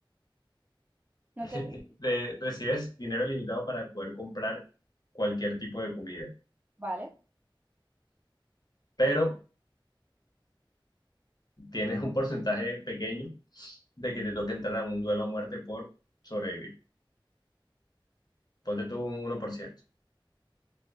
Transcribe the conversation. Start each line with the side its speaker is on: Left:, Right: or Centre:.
Right: ¿No
Left: <laughs>
Right: te oí?
Left: de- recibes dinero limitado para poder comprar cualquier tipo de comida,
Right: Vale.
Left: pero tienes un porcentaje pequeño de que te toque entrar a un duelo a muerte por sobrevivir. Ponte tú un 1%.